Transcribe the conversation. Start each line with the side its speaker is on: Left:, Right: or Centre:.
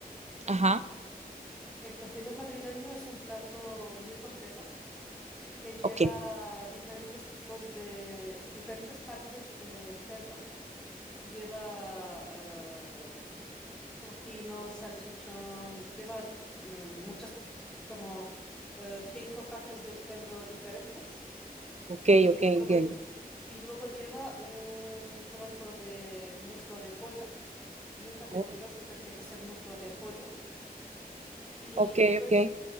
Right: Ajá.
Centre: El cocido madrileño es un plato muy completo que lleva
Right: Ok,
Centre: diferentes tipos de, diferentes partes de cerdo. Lleva eh, tocino, salchichón, lleva mm, muchas, como eh, cinco partes del cerdo diferentes.
Right: ok,
Centre: Y
Right: ok, entiendo.
Centre: luego, y luego lleva un trozo de muslo de pollo, nunca pechuga,
Right: Oh,
Centre: siempre tiene que ser muslo de pollo. Y
Right: ok,
Centre: todo,
Right: ok.
Centre: es-